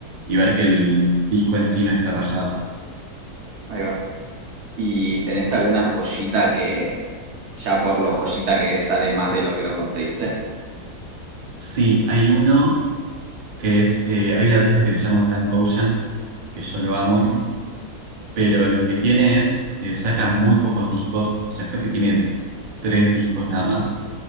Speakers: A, on the right (about 70°); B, on the right (about 55°).
A: y ver que el disco en sí no esté rayado.
B: Ahí va. ¿Y tenés alguna joyita que ya por lo joyita que es sale más de lo que lo conseguiste?
A: Sí, hay uno que es, eh, hay un artista que se llama Frank Ocean, que yo lo amo
B: Ujú.
A: pero lo que tiene es, eh, saca muy pocos discos, o sea, creo que tiene tres discos nada más,